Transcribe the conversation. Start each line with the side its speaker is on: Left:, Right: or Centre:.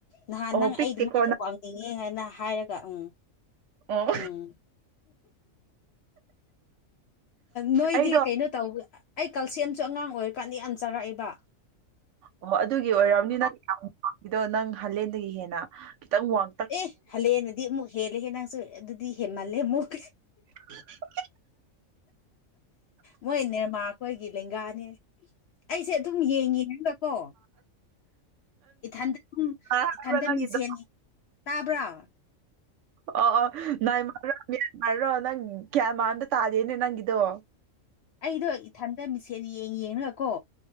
Left: ꯅꯍꯥꯟ
Right: ꯑꯣ
Left: ꯅꯪ
Right: ꯄꯤꯛꯇꯦꯀꯣ
Left: ꯑꯩ ꯑꯗꯨꯃꯥꯏꯅ
Right: ꯅꯪ
Left: ꯋꯥ ꯆꯤꯡꯉꯦ ꯍꯥꯏꯅ ꯍꯥꯏꯔꯒ ꯎꯝ
Right: ꯑꯣ
Left: ꯎꯝ ꯅꯣꯏꯗꯤ
Right: ꯑꯩꯗꯣ
Left: ꯀꯩꯅꯣ ꯇꯧꯕ ꯑꯩ ꯀꯜꯁꯦꯝꯁꯨ ꯑꯉꯥꯡ ꯑꯣꯏꯔꯤꯀꯥꯟꯗꯤ ꯌꯥꯝ ꯆꯥꯔꯛꯑꯏꯕ
Right: ꯑꯣꯍꯣ ꯑꯗꯨꯒꯤ ꯑꯣꯏꯔꯝꯅꯤ ꯅꯪ ꯋꯥꯡꯗꯣ ꯅꯪ ꯍꯂꯦꯟꯗꯒꯤ ꯍꯦꯟꯅ ꯈꯤꯇꯪ ꯋꯥꯡ
Left: ꯑꯦ ꯍꯜꯂꯛꯑꯦꯅꯗꯤ ꯑꯃꯨꯛ ꯍꯦꯜꯂꯦ ꯍꯦ ꯅꯪꯁꯨ ꯑꯗꯨꯗꯤ ꯍꯦꯃꯜꯂꯦ ꯑꯃꯨꯛ
Right: ꯎꯝ
Left: ꯃꯣꯏ ꯅꯤꯔꯃꯥꯔꯈꯣꯏꯒꯤ ꯂꯦꯡꯒꯥꯅꯤ ꯑꯩꯁꯦ ꯑꯗꯨꯝ ꯌꯦꯡꯉꯤ ꯍꯥꯏꯕꯀꯣ ꯏꯊꯟꯗ ꯑꯗꯨꯝ
Right: ꯍꯥꯏꯕ꯭ꯔꯥ
Left: ꯏꯊꯟꯇ
Right: ꯅꯪꯒꯤꯗꯣ
Left: ꯃꯤꯡꯁꯦꯟꯅꯤ ꯇꯥꯕ꯭ꯔꯣ
Right: ꯑ ꯑ ꯅꯏꯃꯔꯔꯣ ꯃ꯭ꯌꯥꯟꯃꯥꯔꯔꯣ ꯅꯪ ꯒ꯭ꯌꯥꯟꯃꯥꯔꯗ ꯇꯥꯗꯦꯅꯦ ꯅꯪꯒꯤꯗꯣ
Left: ꯑꯩꯗꯣ ꯏꯊꯟꯇ ꯃꯤꯁꯦꯟ ꯌꯦꯡ ꯌꯦꯡꯅꯀꯣ